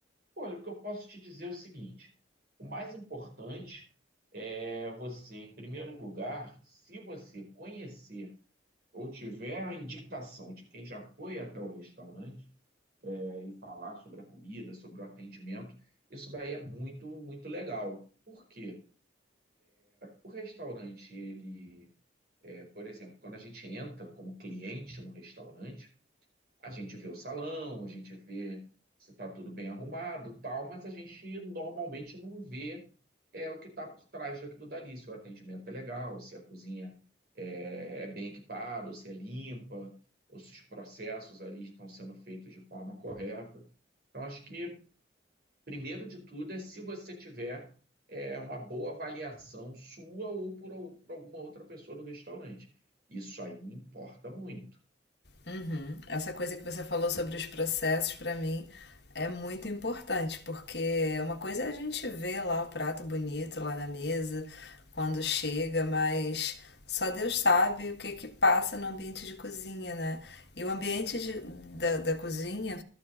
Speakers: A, on the right; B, on the left.
A: Olha, o que eu posso te dizer é o seguinte: o mais importante é você, em primeiro lugar, se você conhecer ou tiver a indicação de quem já foi até o restaurante é, e falar sobre a comida, sobre o atendimento, isso daí é muito, muito legal. Por quê? O restaurante, ele, é, por exemplo, quando a gente entra como cliente no restaurante, A gente vê o salão, a gente vê se está tudo bem arrumado, tal, mas a gente normalmente não vê é, o que está por trás daquilo dali, se o atendimento é legal, se a cozinha é, é bem equipada, ou se é limpa, ou se os processos ali estão sendo feitos de forma correta. Então, acho que, primeiro de tudo, é se você tiver é, uma boa avaliação sua ou por, al- por alguma outra pessoa do restaurante. Isso aí importa muito.
B: Uhum. Essa coisa que você falou sobre os processos, para mim, é muito importante, porque uma coisa é a gente ver lá o prato bonito lá na mesa, quando chega, mas só Deus sabe o que que passa no ambiente de cozinha, né? E o ambiente de- da, da cozinha,